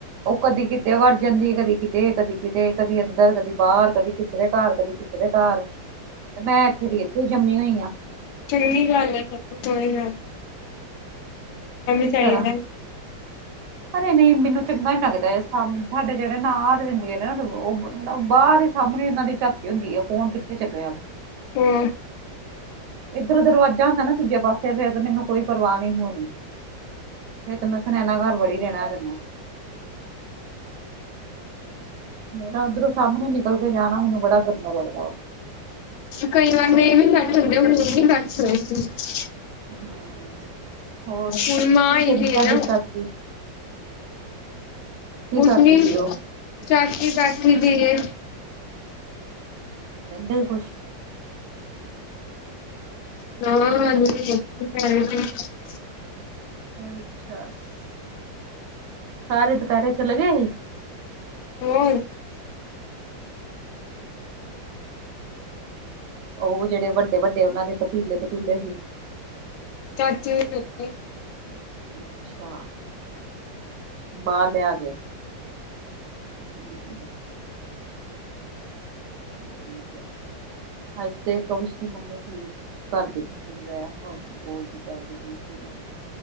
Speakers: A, on the right (about 70°); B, on the left (about 85°).
A: ਉਹ ਕਦੀ ਕਿਤੇ ਵਰ ਜਾਂਦੀ ਕਦੀ ਕਿਤੇ ਕਦੀ ਕਿਤੇ ਕਦੀ ਅੰਦਰ ਕਦੀ ਬਾਹਰ ਕਦੀ ਕਿਸੇ ਦੇ ਘਰ ਕਦੀ ਕਿਸੇ ਦੇ ਘਰ ਤੇ ਮੈਂ ਇੱਥੇ ਦੀ ਇੱਥੋਂ ਜੰਮੀ ਹੋਈ ਆਂ।
B: ਚੰਗੀ ਗੱਲ ਹੈ ਕੋਈ ਗੱ
A: ਕੀ
B: ਚਾਹੀਦਾ।
A: ਕਰਾਂ ਅਰੇ ਨਹੀਂ ਮੈਨੂੰ ਚੰਗਾ ਨ ਲੱਗਦਾ। ਸਾਡੇ ਜਿਹੜੇ ਨਾਰ ਰਹਿੰਦੀ ਏ ਨੇ ਉਹ ਸਗੋਂ ਬਾਹਰ ਹੀ ਸਾਹਮਣੇ ਉਹਨਾਂ ਦੀ ਝ ਹੁੰਦੀ ਆ ਕੌਣ ਕਿੱਥੇ ਚੱਲਿਆ।
B: ਹੋਰ
A: ਇੱਧਰ ਦਰਵਾਜ਼ਾ ਹੁੰਦਾ ਨਾ ਦੂਜੇ ਪਾਸੇ ਫਿਰ ਮੈਨੂੰ ਕੋਈ ਪਰਵਾਹ ਨਹੀਂ ਹੋਣੀ ਫਿਰ ਤੇ ਮੈਂ ਸੁਨੈਨਾ ਘਰ ਬੜੀ ਰਹਿਣਾ ਸੀ। ਮੇਰਾ ਉਧਰੋਂ ਸਾਹਮਣੇ ਨਿਕਲ ਕੇ ਜਾਣਾ ਮੈਨੂੰ ਬੜਾ ਗੰਦਾ ਲੱਗਦਾ ਵਾ।
B: ਕਈ ਵਾਰ ਦੇ ਇਹ ਵੀ ਕੱਟ ਹੁੰਦੇ ਹੂਣ ਵੀ ਕੱਟ ਹੋਏ ਸੀ।
A: ਹੂੰ। ਹੋਰ ਕੀ
B: ਹੁਣ ਮਾਂ ਆਈ
A: ਕਹਿੰਦੀ
B: ਦੀ
A: ਤੁਹਾਡੀ
B: ਏ ਨਾ।
A: ਚਾਚੀ ਕੀ
B: ਕੁਛ
A: ਕਰਦੀ
B: ਨਹੀਂ
A: ਪਈ ਉਹ?
B: ਚਾਚੀ ਬੈਠੀ ਦੀ ਏ।
A: ਕਹਿੰਦੇ ਹੀ ਕੁਛ
B: <unintelligible>
A: ਅੱਛਾ ਸਾਰੇ ਦੁਪਹਿਰੇ ਚਲੇ ਗਏ ਹੀ।
B: ਹੋਰ
A: ਉਹ ਜਿਹੜੇ ਵੱਡੇ -ਵੱਡੇ ਉਹਨਾਂ ਦੇ ਪਤੀਲੇ ਪਤੂਲੇ ਸੀ।
B: <unintelligible>
A: ਅੱਛਾ ਬਾਹਰ ਲਿਆ ਕੇ।
B: <inaudible>
A: ਹੂੰ-ਹੂੰ ਠੀਕ ਹੈ ਅੱਜ ਤੇ ਕਵਿਸ਼ ਦੀ ਮੰਮੀ ਠੀਕ ਘਰ ਕੀ ਚੱਲ ਰਿਹਾ ਬੋਲਦੀ ਚਾਲ ਦੀ ਪਈ ਸੀ ਨਾ।